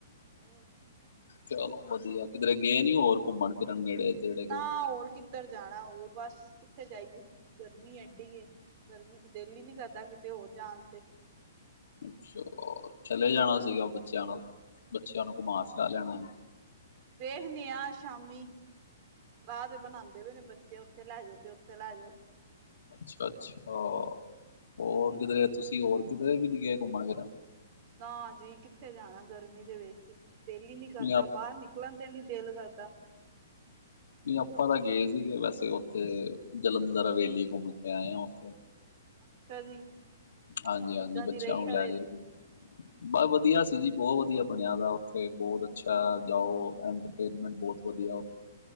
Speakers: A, on the right; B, on the left.
A: ਹੋਰ।
B: ਚਲੋ ਵਧੀਆ, ਕਿਧਰੇ ਗਏ ਨੀਂ ਹੋਰ ਘੁੰਮਣ-ਫਿਰਨ ਨੇੜੇ। ਤੇੜੇ ਕਿਧਰੇ
A: ਨਾ ਹੋਰ ਕਿੱਧਰ ਜਾਣਾ ਹੋਰ ਬਸ, ਕਿੱਥੇ ਜਾਈਏ ਗਰਮੀ ਐਢੀ ਐ। ਗਰਮੀ ਚ ਦਿਲ ਈ ਨੀਂ ਕਰਦਾ ਕਿਤੇ ਹੋਰ ਜਾਣ ਤੇ।
B: ਅੱਛਾ ਚਲੇ ਜਾਣਾ ਸੀਗਾ ਬੱਚਿਆਂ ਨਾਲ। ਬੱਚਿਆਂ ਨੂੰ ਘੁਮਾ ਫਿਰਾ ਲੈਣਾ ਹੀ।
A: ਵੇਖਣੇ ਆਂ ਸ਼ਾਮੀ, ਸਲਾਹ ਤੇ ਬਣਾਂਦੇ ਪੇ ਨੇ ਬ ਚੇ ਓਥੇ ਲੈ ਜੋ ਤੇ ਓਥੇ ਲੈ ਜੋ।
B: ਅੱਛਾ, ਅੱਛਾ ਹੋਰ ਕਿਧਰੇ ਤੁਸੀਂ ਹੋਰ ਕਿਧਰੇ ਵੀ ਨੀਂ ਗੇਏ ਘੁੰਮਣ-ਫਿਰਨ।
A: ਨਾ ਜੀ ਕਿੱਥੇ ਜਾਣਾ ਗਰਮੀ ਦੇ ਵਿੱਚ ਦੇਲੀ ਨੀਂ ਕਰਦਾ
B: ਨਹੀਂ
A: ਬਾਰ ਨਿਕਲ ਨਿਕਲਣ ਤੇ ਨੀਂ ਦਿਲ ਕਰਦਾ।
B: ਨ੍ਹੀਂ ਆਪਾਂ ਤਾਂ ਗਏ ਸੀਗੇ, ਵੈਸੇ ਉੱਥੇ ਜਲੰਧਰ ਹਵੇਲੀ ਘੁੰਮ ਕੇ ਆਏ ਆਂ ਓਥੇ।
A: ਅੱਛਾ ਜੀ,
B: ਹਾਂਜੀ
A: ਕਿੱਦਾਂ
B: ਹਾਂਜੀ ਬੱਚਿਆਂ
A: ਦੀ ਰਈ
B: ਨੂੰ
A: ਹਵੇਲੀ।
B: ਲੈ ਗਏ ਸੀ ਬਸ ਵਧੀਆ ਸੀ ਜੀ ਬੋਤ ਵਧੀਆ ਬਣਿਆ ਦਾ ਓਥੇ ਬਹੁਤ ਅੱਛਾ ਜਾਓ। ਐਂਟਰਟੇਨਮੈਂਟ ਬੋਤ ਵਧੀਆ।